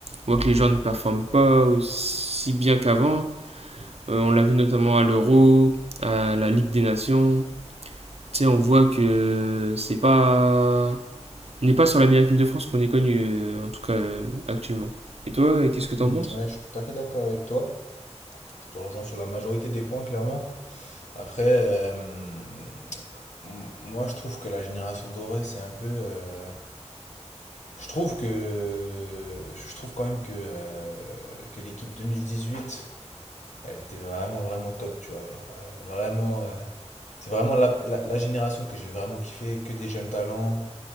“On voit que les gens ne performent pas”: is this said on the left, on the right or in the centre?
Right